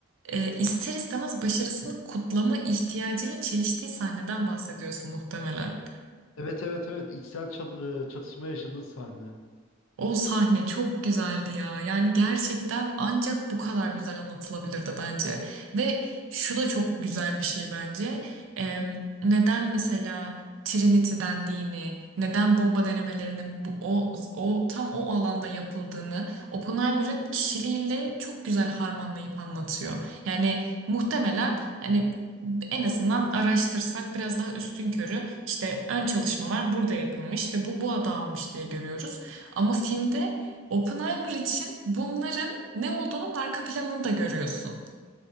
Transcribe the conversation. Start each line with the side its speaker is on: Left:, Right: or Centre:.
Right: e, ister istemez başarısını kutlama ihtiyacıyla çeliştiği sahneden bahsediyorsun muhtemelen.
Left: Evet evet evet içsel çat- e, çatışma yaşadığı sahne.
Right: O sahne çok güzeldi ya. Yani gerçekten ancak bu kadar güzel anlatılabilirdi bence. Ve şu da çok güzel bir şey bence. Em, neden mesela Trinity dendiğini, neden bomba denemelerinin bu, o, o tam o alanda yapıldığını Oppenheimer'ın kişiliğiyle çok güzel harmanlayıp anlatıyor. Yani muhtemelen hani en azından araştırsak biraz daha üstünkörü işte ön çalışmalar burada yapılmış ve bu bu adı almış diye görüyoruz. Ama filmde Oppenheimer için bunların ne olduğunun arka planını da görüyorsun.